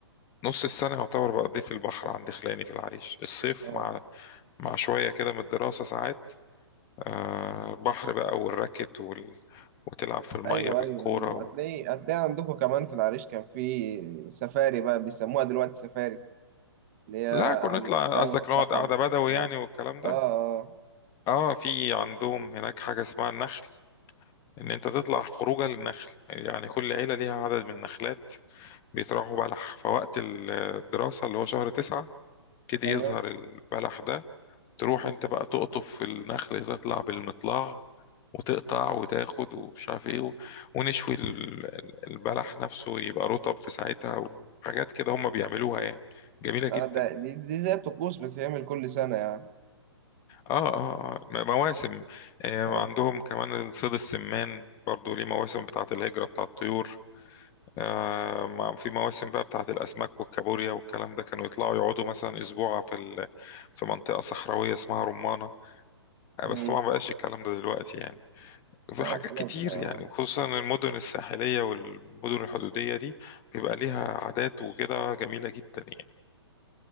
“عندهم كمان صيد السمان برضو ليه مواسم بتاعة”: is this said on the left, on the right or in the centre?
Left